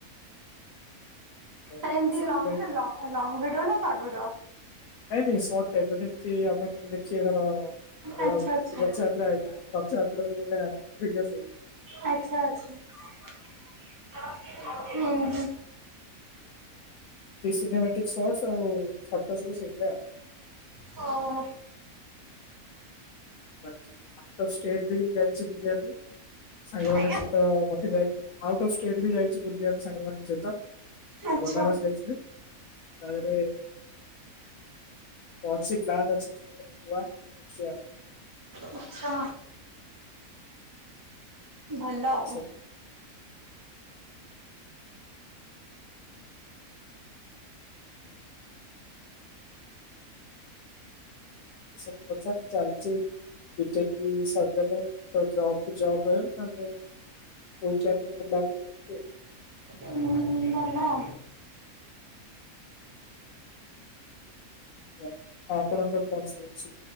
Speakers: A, on the left; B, on the right.
A: ତ
B: ଆରେ ଏମତି
A: ସେଥିପାଇଁ
B: ଲଙ୍ଗ ନା ଲଙ୍ଗ ଭିଡ ନା ସର୍ଟ ଭିଡିଓ?
A: ନାଇଁ ନାଇଁ ସଟ୍ ଟାଇପ୍ ର ଯେମିତି ଆପଣ ଯେ ଦେଖିବେ <unintelligible>
B: ଆଚ୍ଛା ଆଚ୍ଛା
A: ତ୍ରା ଆଇଲା ରଥଯାତ୍ରାଳିଆ ଭିଡିଓ ସୁଟ୍।
B: ଆଚ୍ଛା ଆଚ୍ଛା
A: ସେଇଭଳିଆ
B: ହୁ ହୁଁ।
A: ସିନେମାଟିକ ସର୍ଟସ ଆଉ ଫଟୋ ସବୁ ସେଭଳିଆ ଆଉ।
B: ହଉ ହଉ।
A: ବାକି ଆଉଟ୍ ଅଫ୍ ଷ୍ଟେଟ୍ ବି ଯାଇଛି ବୁଲିବାକୁ। ସାଙ୍ଗମାନଙ୍କ
B: ଆଜ୍ଞା
A: ସହିତ ମତେ ଯାଇଥିଲ ଆଉଟ ଅଫ ଷ୍ଟେଟ ବି ଯାଇଛି ବୁଲିବାକୁ ସାଙ୍ଗମାନଙ୍କ ସହିତ।
B: ଆଚ୍ଛା
A: ବନାରସ ଯାଇଥିଲୁ। ତା ଦେହରେ ଅଛି ପ୍ଲନ୍ ଅଛି ଯିବାର ଗୋଆ ଦେଖିଆ।
B: ଆଚଛା। ଭଲ ଆଉ।
A: ସବୁ ସବୁ କଥା ଚାଲଚି। ବିଟେକ୍ ବି ସରିଗଲେ ତ ଜବକୁ ଜବ ରହିବ ତାପରେ ଉଇକଣ୍ଡ ରେ ବୁଲବୁଲି ଏମିତି ଆଉ।
B: ହୁଁ ଭଲ ଆଉ।
A: ଆଉ ଆପଣଙ୍କର କଣ ସବୁ ଅଛି